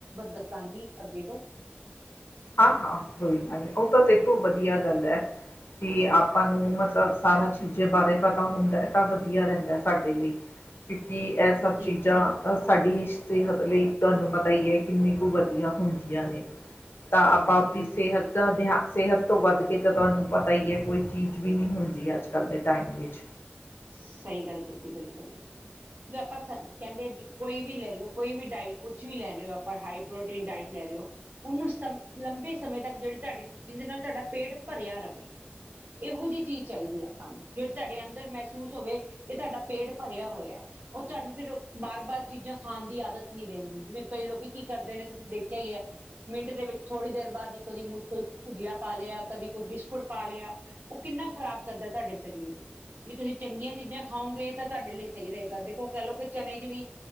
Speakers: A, on the right; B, on the left.
A: ਦੱਸਾਂਗੀ ਅੱਗੇ ਤੋਂ
B: ਹਾਂ -ਹਾਂ ਕੋਈ ਗੱਲ ਨਹੀਂ ਉਹ ਤਾਂ ਦੇਖੋ ਵਧੀਆ ਗੱਲ ਹੈ। ਕਿ ਆਪਾਂ ਨੂੰ ਮਤਲਬ ਸਾਰਾ ਚੀਜ਼ੇ ਬਾਰੇ ਪਤਾ ਹੁੰਦਾ ਹੈ ਤਾਂ ਵਧੀਆ ਰਹਿੰਦਾ ਸਾਡੇ ਲਈ। ਕਿਉਂਕਿ ਇਸ ਸਭ
A: ਜੀ
B: ਚੀਜ਼ਾਂ ਸਾਡੀ ਸਿਹਤ ਲਈ ਤੁਹਾਨੂੰ ਪਤਾ ਹੀ ਹੈ ਕਿੰਨੀ ਕੁਛ ਵਧੀਆ ਹੁੰਦੀਆਂ ਨੇ ਤਾਂ ਆਪਾਂ ਆਪ
A: ਜੀ ਬਿਲਕੁਲ
B: ਦੀ ਸਿਹਤ ਤਾਂ ਹਾ ਸਿਹਤ ਤੋਂ ਵੱਧ ਕੇ ਤਾਂ ਤੁਹਾਨੂੰ ਪਤਾ ਹੀ ਹੈ ਕੋਈ ਚੀਜ਼ ਵੀ ਨਹੀਂ ਹੁੰਦੀ ਅੱਜ ਕੱਲ ਦੇ ਟਾਈਮ ਵਿੱਚ
A: ਸਹੀ ਗੱਲ ਕੀਤੀ ਬਿਲਕੁਲ ਆਪਾਂ ਕਹਿੰਦੇ ਕੋਈ ਵੀ ਲੈ ਲਓ ਕੋਈ ਵੀ ਡਾਇਟ ਕੁਛ ਵੀ ਲੈ ਰਹੇ ਹੋ ਆਪਾਂ ਹਾਈ ਪ੍ਰੋਟੀਨ ਡਾਇਟ ਲੈ ਰਹੇ ਹੋ ਉਹਨੂੰ ਸ ਲੰਬੇ ਸਮੇਂ ਤੱਕ ਜਿਹੜੀ ਤੁਹਾਡੇ ਜਿਹਦੇ ਨਾਲ ਤੁਹਾਡਾ ਪੇਟ ਭਰਿਆ
B: ਤਾਂ
A: ਰਹੇ ਇਹੋ ਜਿਹੀ ਚੀਜ਼ ਚਾਹੀਦੀ ਆਪਾਂ ਨੂੰ ਜਿਹੜੇ ਤੁਹਾਡੇ ਅੰਦਰ ਮੈ ਹੋਵੇ ਕਿ ਤੁਹਾਡਾ ਪੇਟ ਭਰਿਆ ਹੋਇਆ ਉਹ ਤੁਹਾਨੂੰ ਫਿਰ ਬਾਰ- ਬਾਰ ਚੀਜ਼ਾਂ ਖਾਣ ਦੀ ਆਦਤ ਨਹੀਂ ਰਵਣਗੀ ਜਿਵੇਂ ਕਈ ਲੋਕੀ ਕੀ ਕਰਦੇ ਨੇ ਤੁਸੀਂ ਦੇਖਿਆ ਹੀ ਹੈ ਮਿੰਟ ਦੇ ਵਿੱਚ ਥੋੜੀ ਦੇਰ ਬਾਅਦ ਹੀ ਕਦੀ ਮੁਚ ਕੋਈ ਭੁਜੀਆ ਪਾ ਲਿਆ ਕਦੀ ਕੋਈ ਬਿਸਕੁਟ ਪਾ ਲਿਆ ਉਹ ਕਿੰਨਾ ਖਰਾਬ ਕਰਦਾ ਤੁਹਾਡੇ ਸਰੀਰ ਨੂੰ ਤੁਸੀਂ ਚੰਗੀਆਂ ਚੀਜ਼ਾਂ ਖਾਓਗੇ ਤਾਂ ਤੁਹਾਡੇ ਲਈ ਸਹੀ ਰਹੇਗਾ ਦੇਖੋ ਕਹਿ ਲਓ ਕਿ ਚਨੇ ਚ ਵੀ